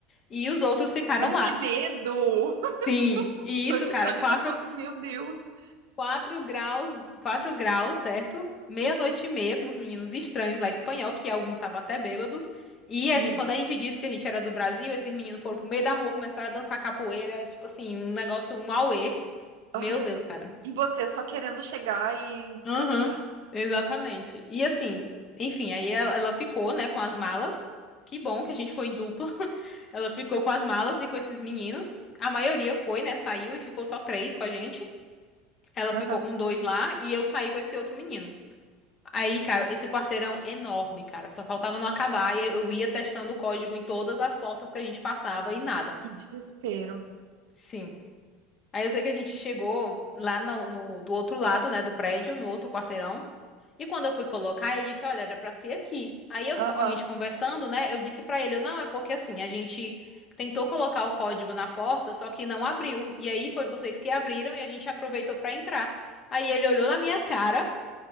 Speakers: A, on the left; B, on the right.
A: E os outros ficaram
B: Ai,
A: lá.
B: que medo! <laughs>
A: Sim, e
B: Tô
A: isso,
B: escutando
A: cara, quatro
B: e já tô assim, meu Deus.
A: quatro graus, 4 graus, certo? Meia-noite e meia com os meninos estranhos lá espanhol, que alguns estavam até bêbados. E a
B: Meu
A: gente, quando
B: Deus.
A: a gente disse que a gente era do Brasil, esses meninos foram pro meio da rua, começaram a dançar capoeira, tipo assim, um negócio, um auê.
B: Ai,
A: Meu Deus, cara.
B: E você só querendo chegar e descansar.
A: Aham, exatamente. E assim, enfim, aí ela, ela ficou, né, com as malas. Que bom que a gente foi em dupla. <laughs> Ela ficou com as malas e com esses meninos. A maioria foi, né, saiu e ficou só três com a gente. Ela
B: Aham.
A: ficou com dois lá e eu saí com esse outro menino. Aí, cara, esse quarteirão enorme, cara, só faltava não acabar e eu ia testando o código em todas as portas que a gente passava e nada.
B: Que desespero.
A: Sim. Aí eu sei que a gente chegou lá no, no- do outro lado, né, do prédio, no outro quarteirão. E quando eu fui colocar, eu disse, olha, era pra ser aqui. Aí eu-
B: Aham.
A: a gente conversando, né, eu disse pra ele, eu, não, é porque assim, a gente tentou colocar o código na porta, só que não abriu. E aí foi vocês que abriram e a gente aproveitou pra entrar. Aí ele olhou na minha cara